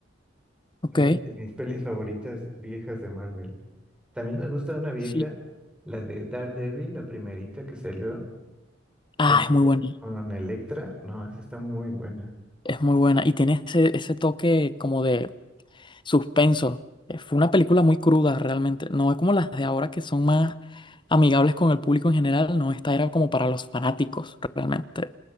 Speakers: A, on the left; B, in the centre.
A: ok,
B: Es una de mis pelis favoritas viejas de Marvel. También me gusta una vieja,
A: sí.
B: la de Daredevil, la primerita que salió
A: Ah,
B: cuando
A: es
B: pelea
A: muy buena,
B: con Electra. No, esa está muy buena.
A: es muy buena. Y tiene ese, ese toque como de Suspenso. Eh, Fue una película muy cruda realmente. No es como las de ahora que son más amigables con el público en general. No, esta era como para los fanáticos realmente.